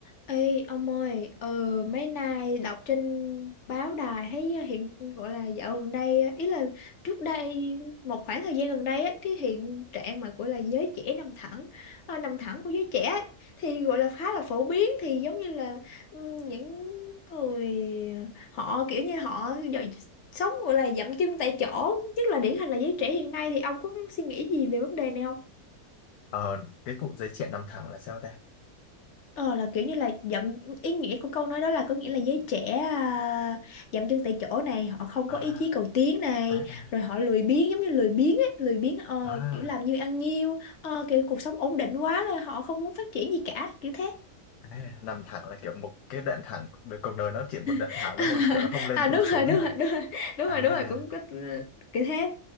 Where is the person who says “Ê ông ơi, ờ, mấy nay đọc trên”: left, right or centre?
Left